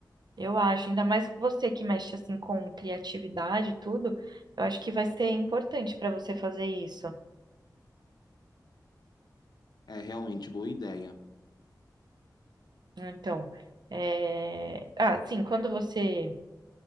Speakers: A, on the right (about 70°); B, on the left (about 65°).
A: Eu acho, ainda mais com você que mexe assim com criatividade e tudo, eu acho que vai ser importante para você fazer isso.
B: É realmente boa ideia.
A: Então, é... ah, sim, quando você